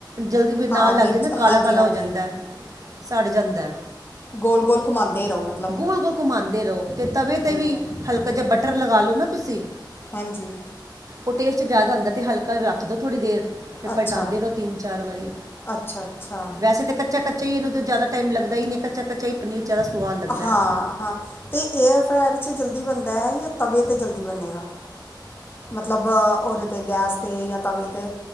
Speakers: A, on the right; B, on the left.
A: ਜਲਦੀ ਫੇ ਨਾਲ
B: ਹਾਂ ਨਹੀਂ
A: ਲੱਗ ਜਾਂਦਾ
B: ਜ-
A: ਕਾਲਾ-ਕਾਲਾ
B: ਹਾਂਜੀ ਹਾਂਜੀ
A: ਹੋ ਜਾਂਦੈ ਸੜ ਜਾਂਦੈ।
B: ਗੋਲ-ਗੋਲ ਘੁਮਾਂਦੇ ਰਓ ਮਤ
A: ਗੋਲ-ਗੋਲ ਘੁਮਾਂਦੇ ਰਓ ਤੇ ਤਵੇ ਤੇ ਵੀ
B: ਹੈ
A: ਹਲਕਾ ਜਾ ਬਟਰ ਲਗਾ ਲੋ ਨਾ ਤੁਸੀਂ।
B: ਹਾਂਜੀ।
A: ਓ ਟੇਸਟ ਜਾਅਦਾ ਆਂਦਾ ਤੇ ਹਲਕਾ ਜਾ ਰੱਖ ਦੋ ਥੋੜੀ ਦੇਰ। ਫਿਰ
B: ਅੱਛਾ
A: ਪਲਟਾਂਦੇ ਰਓ ਤਿੰਨ-ਚਾਰ ਵਾਰੀ,
B: ਅੱਛਾ ਅੱਛਾ
A: ਵੈਸੇ ਤਾਂ ਕੱ ਕੱਚਾ-ਕੱਚਾ ਏਨੂੰ ਤੇ ਜ਼ਾਅਦਾ ਟਾਈਮ ਲੱਗਦਾ ਈ ਨਈਂ ਐ, ਕੱਚਾ-ਕੱਚਾ ਪਨੀਰ ਜਾਅਦਾ ਸਵਾਦ ਲੱਗਦਾ
B: ਹਾਂ-ਹਾਂ
A: ਹੈ।
B: ਤੇ ਏਅਰ ਫਰਾਇਰ ਚ ਜਲਦੀ ਬਨਦਾ ਐ ਯਾ ਤਵੇ ਤੇ ਜਲਦੀ ਬਨੇਗਾ। ਮਤਲਬ ਓਦੇ ਤੇ ਗੈਸ ਤੇ ਯਾ ਤਵੇ ਤੇ